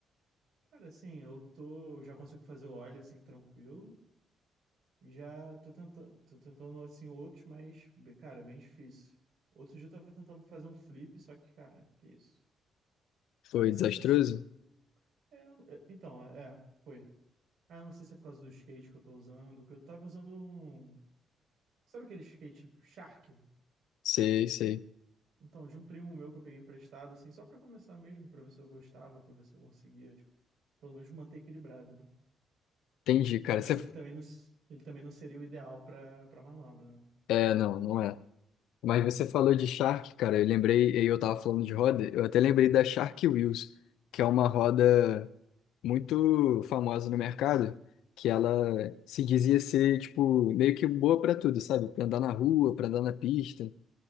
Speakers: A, on the right (about 70°); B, on the left (about 85°).
A: Cara, assim, eu tô. eu Já consigo fazer o óleo assim, tranquilo. Já tô tentando, tô tentando assim outros, mas, be- cara, é bem difícil. Outro dia eu tava tentando fazer um flip, só que, cara, que isso?
B: Foi
A: Parece
B: desastroso?
A: impossível. É, eu- é, então, é, é, foi. Ah, eu não sei se é por causa do skate que eu tô usando, que eu tava usando um. Sabe aquele skate Shark?
B: Sei, sei.
A: Então, de um primo meu que eu peguei emprestado, assim, só pra começar mesmo, pra ver se eu gostava, pra ver se eu conseguia, tipo, pelo menos manter equilibrado, né?
B: Entendi,
A: Então
B: cara.
A: acho
B: Você...
A: que ele também não, s- ele também não seria o ideal pra, pra manobra, né?
B: É, não, não é. Mas você falou de Shark, cara. Eu lembrei, eu tava falando de roda, eu até lembrei da Shark Wheels, que é uma roda. muito famosa no mercado, que ela se dizia ser, tipo, meio que boa pra tudo, sabe? Pra andar na rua,
A: Uhum.
B: pra andar na pista.